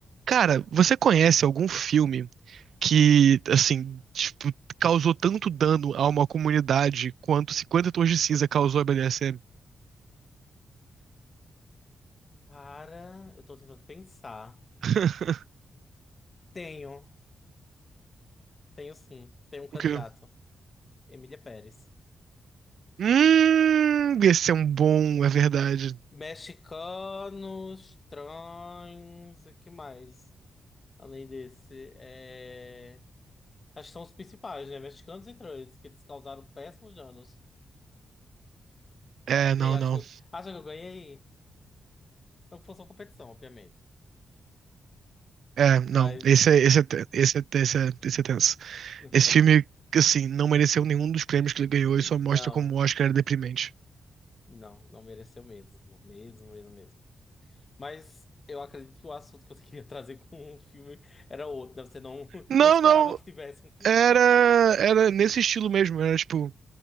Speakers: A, on the right (about 75°); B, on the left (about 45°).
A: Cara, você conhece algum filme que, assim, tipo, causou tanto dano a uma comunidade quanto Cinquenta Tons de Cinza causou a BDSM?
B: Cara, eu tô tentando pensar.
A: <laughs>
B: Tenho, tenho sim. Tenho um candidato.
A: O quê?
B: Emília Pérez.
A: Hum, esse é um bom, é verdade.
B: Mexicanos, trans, o que mais? Além desse, é... acho que são os principais, né? Mexicanos e trans, que eles causaram péssimos danos.
A: É, não,
B: E aí, acho
A: não.
B: que eu, acho que eu ganhei. Não que fosse uma competição, obviamente.
A: É, não.
B: Mas
A: Esse é, esse é, te- esse é, esse é, esse é tenso.
B: <laughs>
A: Esse filme, assim, não mereceu nenhum dos prêmios que ele ganhou e só mostra
B: não,
A: como o Oscar era deprimente.
B: não, não mereceu mesmo. Mesmo, mesmo, mesmo. Mas eu acredito que o assunto que você queria trazer com o filme era outro, né? Você não, <laughs>
A: Não,
B: não esperava
A: não.
B: que tivesse um pior.
A: Era, era nesse estilo mesmo. Era, tipo,